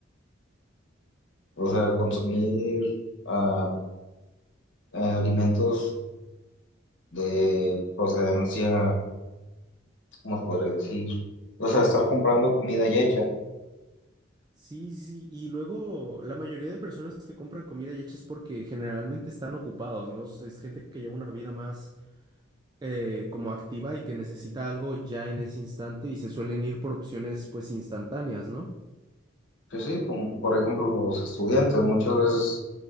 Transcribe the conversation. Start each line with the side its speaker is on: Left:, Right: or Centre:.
Left: o sea, consumir ah, ah, alimentos de procedencia, ¿cómo se podría decir? O sea, estar comprando comida ya hecha.
Right: Sí, sí, y luego la mayoría de personas que compran comida y hecha es porque generalmente están ocupados, ¿no? Es gente que lleva una vida más eh, como activa y que necesita algo ya en ese instante y se suelen ir por opciones pues instantáneas, ¿no?
Left: Sí, sí, como por ejemplo los estudiantes muchas veces